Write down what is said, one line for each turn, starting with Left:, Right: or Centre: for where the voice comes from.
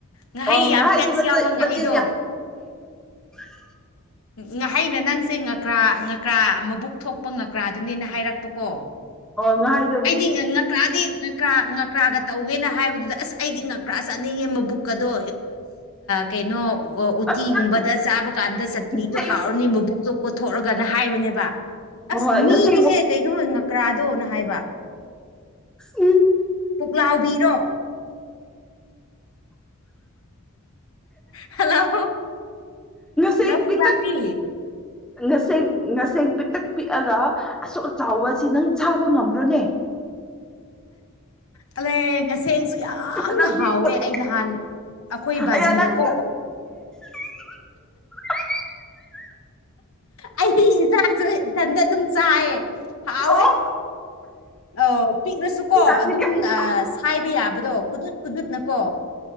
Left: ꯉꯥꯍꯩ
Centre: ꯑ
Left: ꯌꯥꯝ
Centre: ꯉꯍ ꯍꯥꯏꯗꯤ
Left: ꯐꯦꯠꯁ ꯌꯥꯎꯕ ꯉꯥꯍꯩꯗꯣ
Centre: ꯃ ꯌꯥꯝ ꯎ ꯫ <inaudible>
Left: ꯉꯍꯩꯅ ꯅꯪꯁꯦ ꯉꯀ꯭ꯔꯥ ꯉꯀ꯭ꯔꯥ ꯃꯕꯨꯛ ꯊꯣꯛꯄ ꯉꯀ꯭ꯔꯥꯗꯨꯅꯦꯅ ꯍꯥꯏꯔꯛꯄꯀꯣ
Centre: ꯑꯣ ꯍꯥꯏ
Left: ꯑꯩꯗꯤ ꯉꯀ꯭ꯔꯥꯗꯤ ꯉꯀ꯭ꯔꯥ ꯉꯀ꯭ꯔꯥꯒ ꯇꯧꯒꯦꯅ ꯍꯥꯏꯕꯗꯨꯗ ꯑꯁ ꯑꯩꯗꯤ ꯉꯛꯄ꯭ꯔꯥ ꯆꯠꯅꯤꯡꯉꯦꯕ ꯕꯨꯛ ꯑꯗꯣ ꯀꯩꯅꯣ ꯑꯣ ꯎꯇꯤꯒꯨꯝꯕꯗ
Centre: ꯑꯁ ꯅꯪ
Left: ꯆꯥꯕ ꯀꯥꯟꯗ ꯆꯠꯅꯤꯗꯣ
Centre: ꯉꯁꯦꯡ
Left: ꯍꯥꯎꯔꯅꯤ ꯃꯕꯨꯁꯨ ꯀꯣꯊꯣꯛꯑꯒꯅ ꯍꯥꯏꯕꯅꯦꯕ
Centre: ꯍꯣꯏ
Left: ꯑꯁ ꯃꯤꯅꯤꯍꯦ
Centre: ꯉꯁꯦꯡꯃꯨꯛ
Left: ꯀꯩꯅꯣ ꯍꯣꯏ ꯉꯀ꯭ꯔꯥꯗꯣꯅ ꯍꯥꯏꯕ
Centre: ꯎꯝ
Left: ꯄꯨꯛꯂꯥꯎꯕꯤꯔꯣ ꯍꯜꯂꯣ
Centre: ꯁ
Left: ꯍꯜꯂꯣ ꯄꯨꯛꯂꯥꯎꯕꯤ
Centre: ꯄꯤ ꯉꯁꯦꯡ ꯉꯁꯦꯡ ꯄꯤꯛꯇꯛ ꯄꯤꯛꯑꯒ ꯑꯁꯣꯛ ꯑꯆꯥꯎ ꯑꯁꯤ ꯅꯪ ꯆꯥꯕ ꯉꯝꯕ꯭ꯔꯣꯅꯦ
Left: ꯑꯗ ꯉꯁꯤ ꯁꯦꯡꯁꯨ ꯌꯥꯝꯅ
Centre: ꯅꯪꯗꯤ
Left: ꯍꯥꯎꯋꯦ
Centre: ꯑꯁ
Left: ꯑꯩ ꯅꯍꯥꯟ ꯑꯩꯈꯣꯏ ꯕꯥꯖꯤꯅꯀꯣ
Centre: ꯑꯌꯥ ꯅꯪꯗꯤ <inaudible>
Left: ꯑꯩꯗꯤ ꯏꯆꯥꯁꯨ ꯏꯊꯟꯗ ꯑꯗꯨꯝ ꯆꯥꯏꯌꯦ ꯍꯥꯎꯋꯦ
Centre: ꯑꯣ
Left: ꯑ ꯄꯤꯛꯂꯁꯨꯀꯣ
Centre: ꯅꯪꯗꯤ
Left: ꯑꯗꯨꯝ
Centre: ꯀꯩꯅꯣ
Left: ꯁꯥꯏꯕ ꯌꯥꯕꯗꯣ ꯀꯨꯗꯨꯠ ꯀꯨꯗꯨꯠꯅꯀꯣ